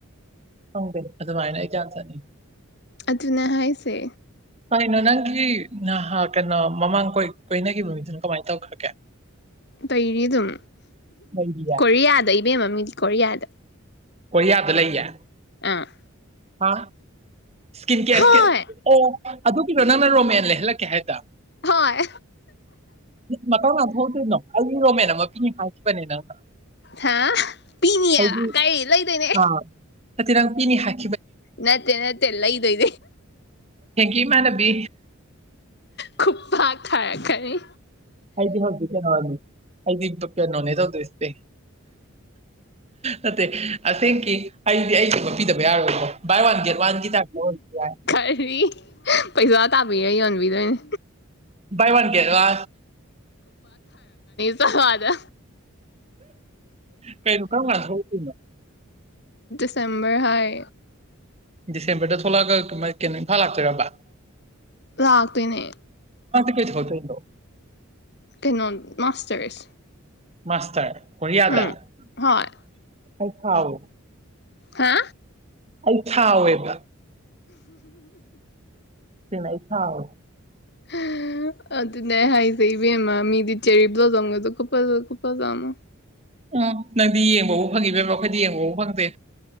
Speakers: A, on the right; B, on the left.
A: ꯍꯗꯦ ꯑꯗꯨꯃꯥꯏꯅ ꯆ ꯊꯅꯤ
B: ꯑꯗꯨꯅ ꯍꯥꯏꯁꯦ
A: ꯀꯩꯅꯣ ꯅꯪꯒꯤ ꯅꯍꯥ ꯀꯩꯅꯣ ꯃꯃꯥꯡ ꯀꯣꯏꯅꯈꯤꯕ ꯃꯤꯗꯨꯅ ꯀꯃꯥꯏꯅ ꯇꯧꯈ꯭ꯔꯒꯦ
B: ꯇꯩꯔꯤ ꯑꯗꯨꯝ
A: ꯂꯩꯔꯤꯌꯦ
B: ꯀꯔꯤꯌꯥꯗ ꯕ ꯃꯃꯤꯗꯤ ꯀꯗ
A: ꯀꯌꯥꯗ ꯂꯩꯦ
B: ꯑ
A: ꯍꯥ ꯁꯀꯤꯟ ꯀꯦꯔꯀꯤ
B: ꯍꯣꯏ
A: ꯑꯣ ꯑꯗꯨ ꯏꯔꯣ ꯅꯪꯅ ꯔꯣꯃꯦꯟ ꯂꯩꯍꯜꯂꯛꯀꯦ ꯍꯥꯏꯗꯅ
B: ꯍꯣꯏ
A: ꯃꯇꯥꯡ ꯂ ꯊꯣꯛꯗꯣꯏꯅꯣ ꯑꯩꯒꯤ ꯔꯣꯃꯦꯟ ꯑꯃ ꯄꯤ ꯍꯥꯏꯈꯤꯕꯅꯦ ꯅꯪꯅ
B: ꯍꯥ ꯄꯤꯅꯤꯌꯦꯕ
A: ꯑꯩꯗꯤ
B: ꯀꯔꯤ ꯂꯩꯗꯣꯏꯅꯦ
A: ꯑꯥ ꯑ ꯇꯤꯔꯥꯡꯄꯤꯤꯅꯤ ꯍꯥꯏ
B: ꯅꯠꯇꯦ ꯅꯠꯇꯦꯂ ꯏꯣ ꯏ
A: ꯍꯦꯡꯀꯤ ꯏꯃꯕꯤ
B: ꯈꯨ ꯄ ꯈꯥ ꯈꯔꯤ
A: ꯍꯥꯏꯗꯤ ꯍꯧꯗꯤ ꯀꯅꯥꯣꯅꯤ ꯑꯩꯗꯤ ꯀꯩꯅꯣꯅꯦ ꯇꯧꯗꯣꯏꯁꯦ ꯅꯠꯇꯦ ꯑꯁꯦꯡꯀꯤ ꯑꯩꯗꯤ ꯑꯩꯁ ꯃꯄꯤꯤꯗꯕ ꯌꯥꯔꯣꯏꯀꯣ ꯕꯥꯏ ꯋꯥꯟ ꯒꯦꯠ ꯋꯥꯟꯒꯤ ꯇꯥꯏꯞꯇ ꯑꯣꯏꯔꯁꯨ ꯌꯥꯏ
B: ꯈꯔꯔꯤ ꯄꯩꯁꯥ ꯇꯥꯄꯤ ꯌꯥꯏ ꯍꯧꯟꯕꯤꯗꯅꯦ
A: ꯏ ꯋꯥꯟ ꯀꯦ ꯂ
B: ꯊꯋꯥꯗ
A: ꯀꯩꯅꯣ ꯀꯔꯁꯨꯣꯏꯅꯣ
B: ꯁꯦꯝꯕꯔ ꯍꯥꯏ
A: ꯗꯤꯁꯦꯝꯕꯔꯗ ꯊꯣꯛꯂꯛꯑꯒ ꯀꯩꯅꯣ ꯏꯝꯐꯥꯜ ꯂꯥꯛꯇꯣꯏꯔꯝꯕ
B: ꯂꯥꯛꯇꯣꯏꯅꯦ
A: ꯀꯩ ꯊꯧ ꯆꯅꯣ
B: ꯀꯩꯅꯩꯅꯣ ꯃꯥꯁꯇꯔꯁ
A: ꯃꯁꯦ ꯍꯅ ꯌꯥꯗ
B: ꯎꯝ
A: ꯑꯩꯩ
B: ꯍꯣꯏ
A: ꯈꯥꯎ
B: ꯍꯥ
A: ꯑꯩ ꯊꯥꯎꯋꯦꯕ ꯅ ꯏ ꯊꯥꯎ
B: ꯑꯗꯨ ꯑꯗꯨ ꯅ ꯍꯥꯏꯁꯩꯕꯃ ꯃꯤꯗꯤ ꯆꯦꯔꯤꯕ꯭ꯂꯥꯎꯖꯝꯒꯗ ꯀꯨ ꯀꯨ ꯆꯃ
A: ꯎꯝ ꯅꯪꯗꯤ ꯌꯦꯡꯕꯕꯨ ꯐꯪꯉꯤꯕꯦꯝꯕꯣ ꯑꯩꯈꯣꯏꯗꯤ ꯌꯦꯡꯕꯕꯨ ꯐꯪꯗꯦ